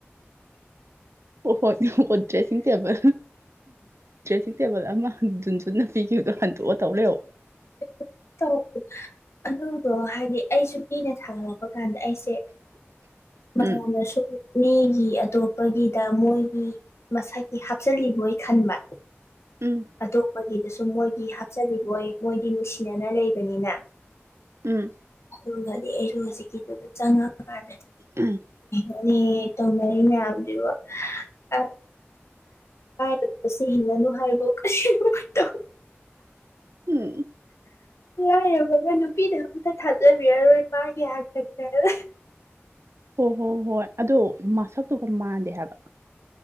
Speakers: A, on the right; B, on the left.
A: ꯑꯣ ꯍꯣꯏ ꯗ꯭ꯔꯦꯁꯤꯡ ꯇꯦꯕꯜ ꯗ꯭ꯔꯦꯁꯤꯡ ꯇꯦꯕꯜ ꯑꯃ ꯟꯖꯨꯟꯅ ꯄꯤꯈꯤꯕ ꯥꯟ ꯇꯧ ꯂꯩꯦꯣ
B: <unintelligible> ꯇꯧ ꯑꯗꯨꯗꯣ ꯍꯥꯏꯗꯤ ꯑꯩꯁꯨ ꯃꯤꯅ ꯊꯥꯒꯠꯂꯛꯄ ꯀꯥꯟꯗ ꯑꯩꯁꯦ
A: ꯎꯝ
B: ꯃꯌꯥꯝꯅꯁꯨ ꯃꯤꯒꯤ ꯑꯇꯣꯞꯄꯒꯤꯗ ꯃꯣꯏꯒꯤ ꯃꯁꯥꯏꯒꯤ ꯍꯥꯞꯆꯜꯂꯤꯕꯣꯏ ꯈꯟꯕ
A: ꯎꯝ
B: ꯑꯇꯣꯞꯄꯒꯤꯗꯁꯨ ꯃꯣꯏꯒꯤ ꯍꯥꯞꯆꯜꯂꯤꯕ ꯃꯣꯏ ꯃꯣꯏꯗꯤ ꯅꯨꯡꯁꯤꯅꯅ ꯂꯩꯕꯅꯤꯅ
A: ꯎꯝ
B: ꯑꯗꯨꯒ ꯩꯅꯣ ꯍꯧꯖꯤꯦ ꯀ ꯆꯉꯒꯥꯔ
A: ꯎꯝ
B: ꯑ ꯇꯧ ꯂꯩꯥꯏꯅꯦ ꯍꯥꯗꯕ ꯑ ꯀꯔꯤꯕ ꯁꯤ ꯍꯤꯡꯒꯅꯨ ꯍꯥꯏꯕꯣ ꯀꯧ
A: ꯎꯝ
B: ꯌꯥꯏꯔꯦ ꯍꯒ ꯅꯨꯄꯤꯗ ꯑꯝꯇ ꯊꯥꯖꯕꯤꯔꯔꯣꯏ ꯃꯥꯒꯤ ꯍꯥꯛꯀꯛꯇ <unintelligible>
A: ꯍꯣꯏ ꯍꯣ ꯍꯣꯏ ꯑꯗꯨ ꯃꯁꯛꯇꯨꯒ ꯃꯥꯟꯗꯦ ꯍꯥꯏꯕ